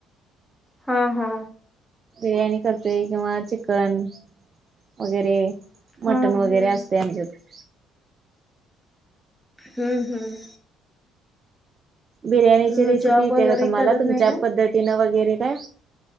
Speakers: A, in the centre; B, on the right (about 40°).
A: हा हा
B: बिर्याणी करतोय किंवा चिकन वगैरे मटण
A: हा
B: वगैरे
A: हा
B: असतय आमच्यात
A: हम्म हम्म
B: बिर्याणीची रेसिपी
A: मग जॉब
B: येत्या
A: वगैरे
B: काय तुम्हाला
A: करत
B: तुमच्या
A: नाही का?
B: पद्धतीनं वगैरे काय?